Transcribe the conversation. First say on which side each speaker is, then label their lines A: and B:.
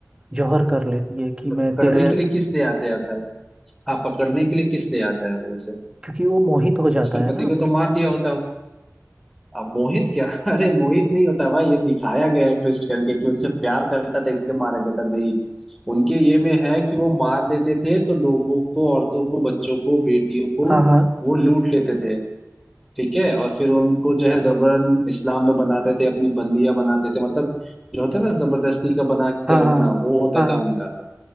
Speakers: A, on the right; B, in the centre.
A: जौहर कर लेती है कि
B: तो पकड़ने
A: मैं तेरे
B: के लिए किस ले आते आता है हाँ पकड़ने के लिए किस ले आता है वो उसे
A: क्योंकि वो मोहित हो जाता
B: उसके
A: है
B: पति
A: ना
B: को तो मार दिया होता है अब मोहित क्या <laughs> अरे मोहित नहीं होता भाई ये दिखाया गया है ट्विस्ट करके कि उससे प्यार करता था इसलिए मारा गया था नहीं उनके ये में है कि वो मार देते थे तो लोगों को औरतों को बच्चों को बेटियों को
A: हाँ हाँ
B: वो लूट लेते थे ठीक है और फिर उनको जो है जबरन इस्लाम में बनाते थे अपनी बंदियां बनाते थे मतलब जो होता है ना जबरदस्ती का बना के
A: हाँ
B: रखना
A: हाँ
B: वो होता
A: हाँ
B: था उनका